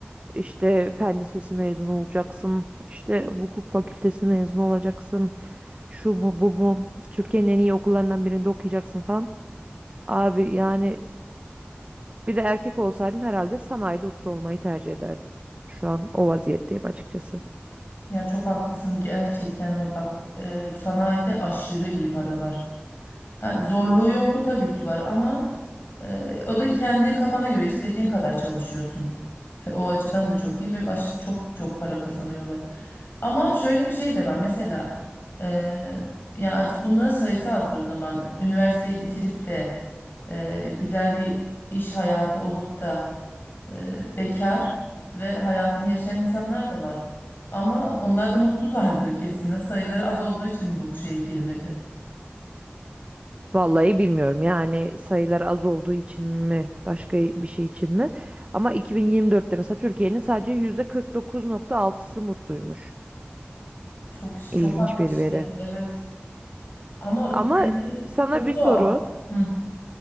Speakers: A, on the right; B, on the left.
A: işte fen lisesi mezunu olacaksın. işte hukuk fakültesi mezunu olacaksın. Şu mu bu mu? Türkiye'nin en iyi okullarından birinde okuyacaksın falan. Abi yani Bir de erkek olsaydım herhalde sanayide usta olmayı tercih ederdim. Şu an o vaziyetteyim açıkçası.
B: Ya çok haklısın gerçekten ama bak e, sanayide aşırı iyi para var. Ha, zorluğu yok mu? Tabii ki var ama e, o da kendi kafana göre istediğin kadar çalışıyorsun. He, O açıdan da çok iyi ve aşı, çok çok para kazanıyorlar. Ama şöyle bir şey de var. Mesela e, ya ac- bunların sayısı azdır o zaman. Üniversiteyi bitirip de e, güzel bir iş hayatı olup da e, bekar ve hayatını yaşayan insanlar da var. Ama onlar da mutlulardır kesin. Sayıları az olduğu için mi bu, bu şeye girmedi?
A: Vallahi bilmiyorum yani sayılar az olduğu için mi başka bir şey için mi? Ama 2024'te mesela Türkiye'nin sadece %49.6'sı mutluymuş.
B: Çok
A: İlginç
B: çok az
A: bir
B: işte.
A: veri.
B: Evet. Ama
A: Ama
B: bence
A: sana
B: çok
A: bir soru.
B: doğal. Hı.